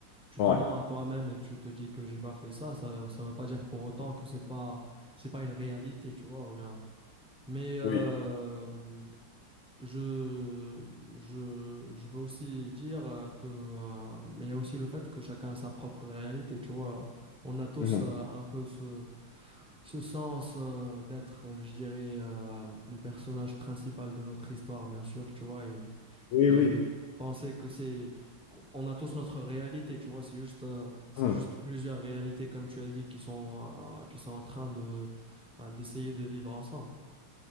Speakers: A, in the centre; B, on the left.
A: tu
B: Ouais.
A: te mens à toi-même et tu te dis que j'ai pas fait ça, ça, ça veut pas dire pour autant que c'est pas, c'est pas une réalité, tu vois, ou bien. Mais euh,
B: Oui.
A: je, je, je veux aussi dire euh, que, euh, mais il y a aussi le fait que chacun a sa propre réalité, tu vois. On a tous
B: Mhm.
A: euh, un peu ce, ce sens euh, d'être, euh, je dirais, euh, le personnage principal de notre histoire, bien sûr, tu vois, et,
B: Oui,
A: et
B: oui.
A: penser que c'est, on a tous notre réalité, tu vois, c'est juste, euh, c'est
B: Mhm.
A: juste plusieurs réalités, comme tu as dit, qui sont, euh, qui sont en train de, bah, d'essayer de vivre ensemble.